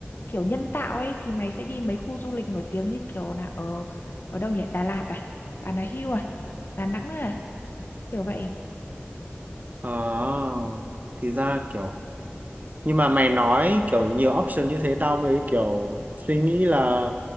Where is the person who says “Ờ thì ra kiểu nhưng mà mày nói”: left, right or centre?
Right